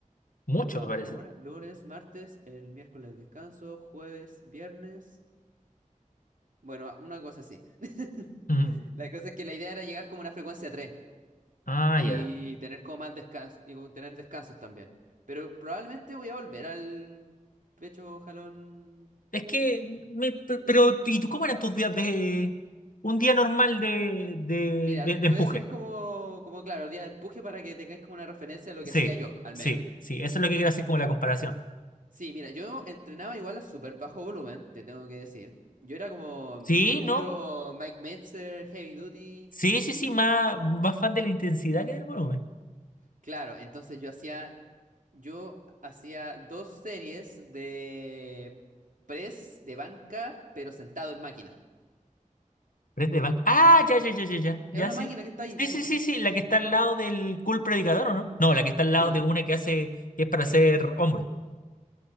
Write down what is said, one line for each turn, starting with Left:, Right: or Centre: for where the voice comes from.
Left: Mucho
Right: No,
Left: me parece.
Right: ¿cómo era? Lunes, martes, el miércoles descanso, jueves, viernes. Bueno, a- una cosa así. <laughs>
Left: Ujú.
Right: La cosa es que la idea era llegar como a una frecuencia 3
Left: Ah, ya.
Right: y tener como más descanso y como tener descansos también. Pero probablemente voy a volver al pecho jalón.
Left: Es que, me- pe- pero, ¿y tú cómo eran tus días de... un día normal de, de,
Right: Mira,
Left: de-
Right: te
Left: de empuje?
Right: voy a decir como, como claro, día de empuje para que tengáis como una referencia a lo
Left: Sí,
Right: que hacía yo, al
Left: sí,
Right: menos.
Left: sí, eso es lo que quiero hacer como la comparación.
Right: Sí, mira, yo entrenaba igual a súper bajo volumen, te tengo que decir. Yo era como mm,
Left: Sí,
Right: estilo
Left: no.
Right: Mike Metzer, Heavy Duty.
Left: Sí, sí, sí, más, más fan de la intensidad que del volumen.
Right: Claro, entonces yo hacía, yo hacía dos series de press de banca, pero sentado en máquina.
Left: Pero es de Bang. Ah, ya, ya, ya, ya, ya, ya,
Right: Es una
Left: sí.
Right: máquina que está ahí,
Left: Sí,
Right: sí.
Left: sí, sí, sí, la que está al lado del cool predicador, ¿o no? No, la que está al lado
Right: Sí.
Left: de una que hace, que es para hacer hombro.